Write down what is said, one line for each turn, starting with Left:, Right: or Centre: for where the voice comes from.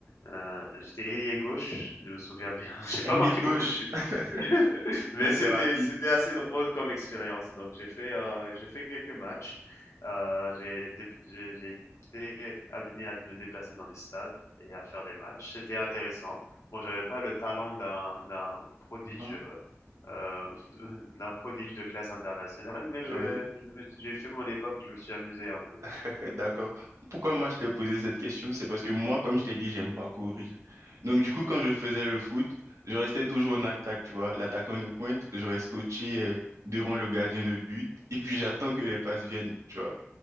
Left: heu, j'étais ailier gauche, je me souviens bien. <laughs> J'ai pas
Right: <laughs> ailier
Left: marqué
Right: gauche,
Left: beaucoup de buts, <laughs>
Right: <laughs>
Left: mais
Right: donc
Left: c'était
Right: t'es rapide.
Left: c'était assez drôle comme expérience. Donc j'ai fait, heu, j'ai fait quelques matchs. Heu, j'ai dép j'ai j'ai été amené à me déplacer dans des stades et à faire des matchs. C'était intéressant. Bon, j'avais pas le talent d'un d'un prodige,
Right: Ah, ah.
Left: euh, euh, <laughs> d'un prodige de classe internationale, mais je,
Right: Oui.
Left: je- j'ai fait mon époque, et je me suis amusé un peu.
Right: Ok, D'accord. Pourquoi moi je t'ai posé cette question? C'est parce que moi, comme je t'ai dit, j'aime pas courir. Donc du coup, quand je faisais le foot, je restais toujours en attaque, tu vois. L'attaquant de pointe, je reste coaché euh, devant le gardien de but et puis j'attends que les passes viennent, tu vois.